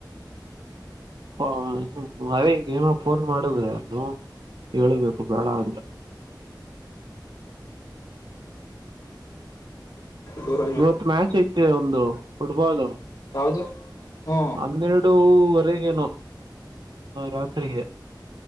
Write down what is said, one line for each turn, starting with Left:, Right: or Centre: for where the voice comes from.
Right: ಹ ಅದೇ ಹಿಂಗ ಏನೋ ಫೋನ್ ಮಾಡುದ್ರೆ ಅನು ಹೇಳಬೇಕು ಬೇಡ ಅಂತ
Left: ದೂರ
Right: ಇವತ್ ಮ್ಯಾಚ್ ಐತೆ ಒಂದು ಫುಟ್ಬಾಲ್
Left: ಯಾವುದು ಹ್ಞೂ
Right: ಹನ್ನೆರಡವರೆಗೇನು ರಾತ್ರಿಗೆ